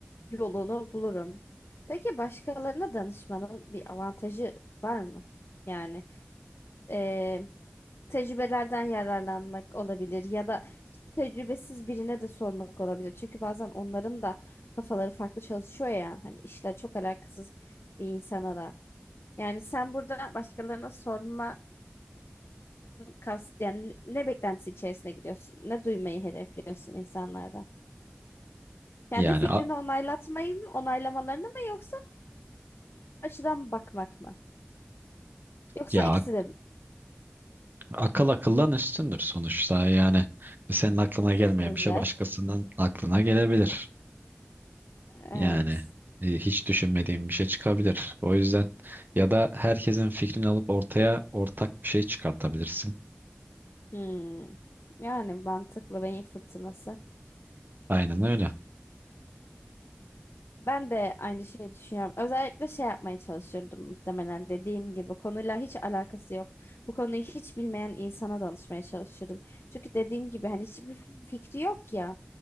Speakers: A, on the left (about 80°); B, on the right (about 50°).
A: yolunu bulurum. Peki başkalarına danışmanın bir avantajı var mı? Yani eee, tecrübelerden yararlanmak olabilir ya da tecrübesiz birine de sormak olabilir. Çünkü bazen onların da kafaları farklı çalışıyor ya. Hani işle çok alakasız bir insana da. Yani sen burada başkalarına sormaktan kast yani ne beklentisi içerisine gidiyorsun? Ne duymayı hedefliyorsun insanlardan? Kendi
B: Yani
A: fikrini
B: a-
A: onaylatmayı mı, onaylamalarını mı yoksa açıdan bakmak mı? Yoksa
B: ya
A: ikisi
B: ak-
A: de mi?
B: akıl akıldan üstündür sonuçta. Yani senin aklına
A: Hızlı
B: gelmeyen
A: sözler.
B: bir şey başkasının aklına gelebilir.
A: Evet.
B: Yani e, hiç düşünmediğim bir şey çıkabilir. O yüzden ya da herkesin fikrini alıp ortaya ortak bir şey çıkartabilirsin.
A: Hmm. Yani mantıklı beyin fırtınası.
B: Aynen öyle.
A: Ben de aynı şeyi düşünüyorum. Özellikle şey yapmaya çalışırdım muhtemelen dediğim gibi. Konuyla hiç alakası yok. Bu konuyu hiç bilmeyen insana danışmaya çalışırdım. Çünkü dediğim gibi hani hiçbir fikri yok ya.